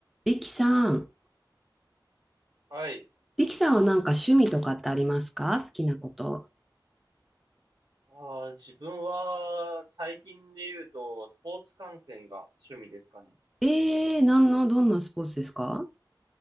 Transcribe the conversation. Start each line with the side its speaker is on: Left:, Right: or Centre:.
Centre: リキさん、
Right: はい。
Centre: リキさんはなんか趣味とかってありますか好きなこと。
Right: あー、自分は最近で言うとスポーツ観戦が趣味ですかね。
Centre: ええー、何の、どんなスポーツですか